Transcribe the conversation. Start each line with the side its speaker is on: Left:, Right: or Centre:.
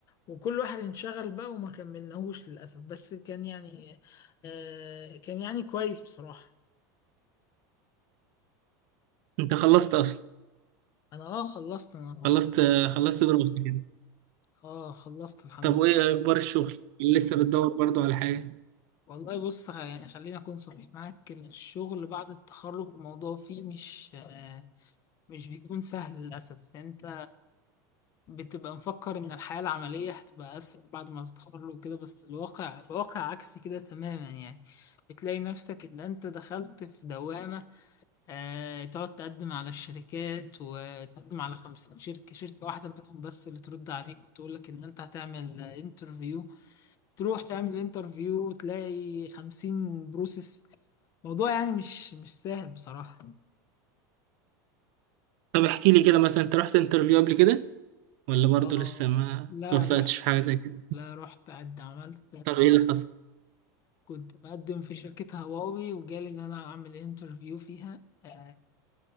Left: وكل واحد انشغل بقى وما كملناهوش للأسف بس كان يعني آه كان يعني كويس بصراحة
Right: انت خلصت اصلا
Left: انا اه خلصت انا
Right: خلصت خلصت دراسة كده
Left: اه خلصت الحمد
Right: طب
Left: لله
Right: وايه اخبار الشغل لسه بتدور برضو على حاجه
Left: والله بص خ- يعني خليني اكون صريح معاك الشغل بعد التخرج الموضوع فيه مش آه، مش بيكون سهل للأسف أنت بتبقى مفكر إن الحياة العملية هتبقى أسهل بعد ما تتخرج وكده بس الواقع الواقع عكس كده تماما يعني بتلاقي نفسك إن أنت دخلت في دوامة آه تقعد تقدم على الشركات وتقدم على خمسين شركة شركة واحدة منهم بس اللي ترد عليك وتقول لك إن أنت هتعمل انترفيو تروح تعمل انترفيو وتلاقي خمسين بروسيس موضوع يعني مش مش سهل بصراحة
Right: طب احكي لي كده مثلا انت رحت انترفيو قبل كده ولا برضو
Left: اه
Right: لسه ما
Left: لا
Right: توفقتش
Left: روح
Right: في حاجه زي كده
Left: لا رحت قد عملت
Right: طب ايه اللي حصل
Left: كنت بقدم في شركة هواوي وجالي إن أنا أعمل انترفيو فيها آه،